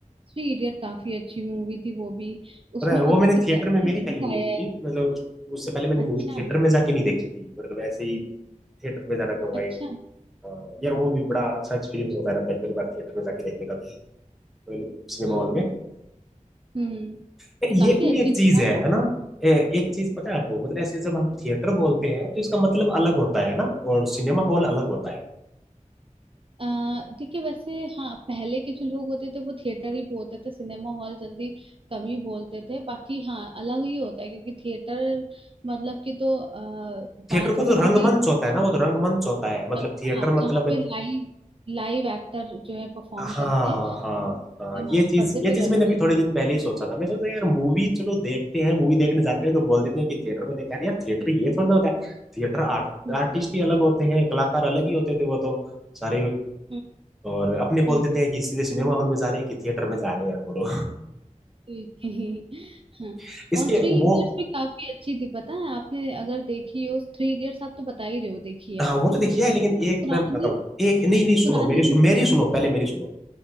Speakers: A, on the right; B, in the centre.
A: थ्री इडियट काफी अच्छी मूवी थी वो भी उसमें
B: पता है
A: मतलब
B: वो मैंने
A: कितने
B: थिएटर
A: अच्छे
B: में मेरी
A: से
B: पहली
A: दिखाया
B: मूवी थी
A: है
B: मतलब उस- उससे पहले मैंने मूवी
A: अच्छा
B: थिएटर में जाके नहीं देखी थी मतलब ऐसे ही थिएटर में जाना का हुआ
A: अच्छा
B: ही नहीं हाँ, यार वो भी बड़ा अच्छा एक्सपीरियंस होता है ना पहली पहली बार थिएटर में जाके देखने का भी मतलब सिनेमा
A: हाँ
B: हॉल में
A: हम्म
B: फिर
A: काफी
B: ये भी
A: अच्छी
B: एक चीज
A: थी ना
B: है
A: वो
B: है ना ए- एक चीज पता है आपको मतलब ऐसे जब हम थिएटर बोलते हैं तो इसका मतलब अलग होता है ना और सिनेमा हॉल अलग होता है
A: अ, देखिए वैसे हाँ पहले के जो लोग होते थे वो थिएटर ही बोलते थे सिनेमा हॉल जल्दी कम ही बोलते थे बाकी हाँ अलग ही होता है क्योंकि थिएटर मतलब कि तो अ, बात
B: थिएटर को
A: वो
B: तो रंगमंच
A: होती
B: होता है ना वो तो रंगमंच होता है मतलब
A: अ,
B: थिएटर
A: हाँ जहाँ
B: मतलब
A: पे लाइव लाइव एक्टर जो है परफॉर्म
B: हाँ
A: करते हैं
B: हाँ
A: सिनेमा
B: हाँ ये
A: में
B: चीज
A: पर्दे
B: ये
A: पे
B: चीज
A: करते
B: मैंने अभी
A: हैं
B: थोड़े दिन पहले ही सोचा था मैं सोचा यार मूवी चलो देखते हैं मूवी देखने जाते हैं तो बोल देते हैं कि थिएटर में देखा यार थिएटर ये थोड़ा ना होता है थिएटर आर्ट
A: हम्म
B: आर्टिस्ट ही अलग होते हैं कलाकार अलग ही होते थे वो तो सारे
A: हम्म
B: और अपने
A: हम्म,
B: बोल देते हैं कि सीधे सिनेमा हॉल में जा रहे हैं कि थिएटर में जा रहे हैं यार बोलो
A: जी, <laughs> हाँ
B: <laughs> इसके
A: और थ्री
B: वो
A: इडियट्स भी काफी अच्छी थी पता है आपने अगर देखी हो थ्री इडियट्स आप तो बता ही रहे हो देखी है
B: हाँ
A: आपने
B: वो तो देखिए है लेकिन
A: तो पुरानी
B: एक मैं बताता हूँ एक नहीं नहीं सुनो
A: पुरानी
B: मेरी सुनो मेरी सुनो पहले मेरी सुनो